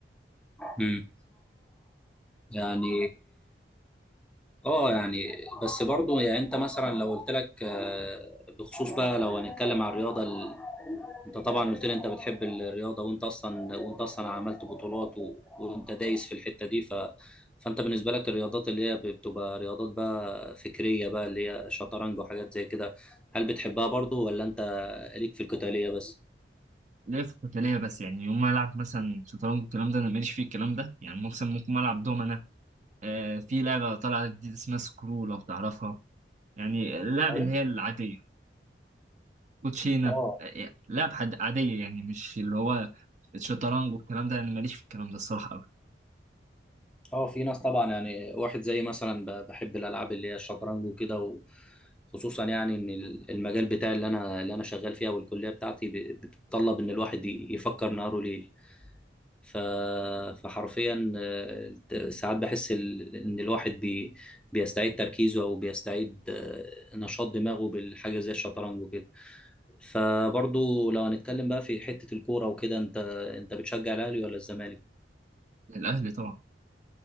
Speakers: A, in the centre; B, on the right (about 40°).
A: مم. يعني اه يعني بس برضو يعني انت مثلا لو قلت لك آه، بخصوص بقى لو هنتكلم عن الرياضه انت طبعا قلت لي انت بتحب الرياضه وانت اصلا وانت اصلا عملت بطولات و... وانت دايس في الحته دي ف... فانت بالنسبه لك الرياضات اللي هي بتبقى رياضات بقى فكريه بقى اللي هي شطرنج وحاجات زي كده هل بتحبها برضو ولا انت ليك في القتاليه بس؟
B: ليا في القتالية بس يعني يوم ما ألعب مثلا شطرنج والكلام ده أنا ماليش فيه الكلام ده يعني مثلا ممكن ألعب دومنا آه في لعبة طالعة جديدة اسمها سكرو لو تعرفها يعني اللعب
A: ايوه
B: اللي هي العادية كوتشينة
A: اه
B: آه لعب حد عادية يعني مش اللي هو الشطرنج والكلام ده أنا ماليش في الكلام ده الصراحة أوي
A: اه في ناس طبعا يعني واحد زي مثلا ب- بحب الالعاب اللي هي الشطرنج وكده وخصوصا يعني ان ال- المجال بتاعي اللي انا اللي انا شغال فيها والكليه بتاعتي ب- بتتطلب ان الواحد ي- يفكر نهاره ليل ف... فحرفيا آه، ساعات بحس ال- ان الواحد بي... بيستعيد تركيزه او بيستعيد آه، نشاط دماغه بالحاجه زي الشطرنج وكده فبرضو لو هنتكلم بقى في حته الكوره وكده انت انت بتشجع الاهلي ولا الزمالك
B: الأهلي طبعا